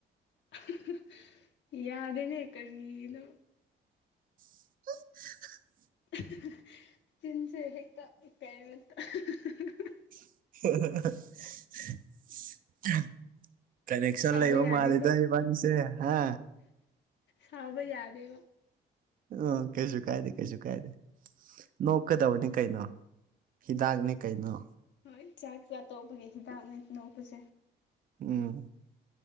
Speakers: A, on the left (about 65°); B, on the right (about 45°).
A: <unintelligible> ꯌꯥꯗꯦꯅꯦ ꯀꯔꯤꯅꯣ
B: <unintelligible>
A: <unintelligible> ꯆꯤꯟꯁꯦ ꯍꯦꯛꯇ ꯀꯩꯅꯣ <unintelligible>
B: <unintelligible> ꯀꯅꯦꯛꯁꯟ
A: ꯁꯥꯎꯕ
B: ꯂꯩꯕ
A: ꯌꯥꯗꯦꯀꯣ
B: ꯃꯥꯜꯂꯤꯗ ꯏꯕꯥꯅꯤꯁꯦ ꯍꯥ
A: ꯁꯥꯥꯎꯕ ꯌꯥꯗꯦꯕ
B: ꯎꯝ ꯀꯩꯁꯨ ꯀꯥꯏꯗꯦ ꯀꯩꯁꯨ ꯀꯥꯏꯗꯦ ꯅꯣꯛꯀꯗꯕꯅꯤ ꯀꯩꯅꯣ ꯍꯤꯗꯥꯛꯅꯤ ꯀꯩꯅꯣ
A: ꯍꯣꯏ ꯆꯥꯛ ꯆꯥ ꯇꯣꯛꯄꯒꯤ ꯍꯤꯗꯥꯛꯅꯦ ꯅꯣꯛꯄꯁꯦ
B: ꯎꯝ